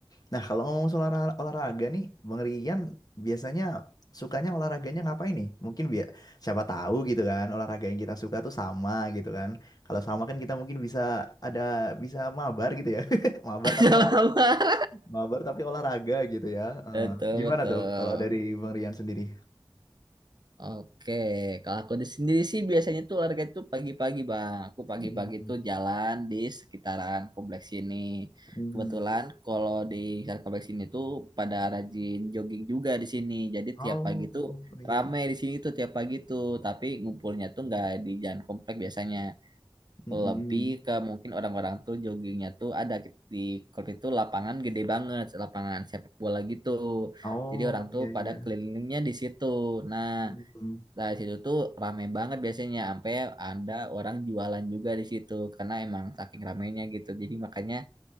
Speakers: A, on the left; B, on the right.
A: Nah, kalau ngomong soal olah- olahraga nih, Bang Rian biasanya sukanya olahraganya ngapain nih? Mungkin biar siapa tahu gitu kan, olahraga yang kita suka tuh sama gitu kan. Kalau sama kan kita mungkin bisa ada bisa mabar gitu ya. <laughs> Mabar
B: <laughs>
A: tapi
B: sama-sama.
A: Mabar tapi olahraga gitu ya. Eh,
B: Betul,
A: gimana
B: betul.
A: tuh kalau dari Bang Rian sendiri?
B: Oke, kalau aku di sendiri sih biasanya tuh olahraga itu pagi-pagi Bang. Aku pagi-pagi
A: Hmm,
B: tuh jalan di sekitaran kompleks ini.
A: hmm.
B: Kebetulan kalau di sekitaran kompleks ini tuh pada rajin jogging juga di sini. Jadi
A: Oh
B: tiap pagi tuh
A: iya.
B: rame di sini tuh tiap pagi tuh. Tapi ngumpulnya tuh nggak di jalan kompleks biasanya.
A: Hmm.
B: lebih ke mungkin orang-orang tuh joggingnya tuh ada di kalau itu lapangan gede banget lapangan sepak bola gitu
A: Oh
B: jadi orang
A: iya
B: tuh pada
A: iya.
B: kelilingnya di situ nah
A: Hmm.
B: dari situ tuh rame banget biasanya sampai ada orang jualan juga di situ karena emang saking ramenya gitu jadi makanya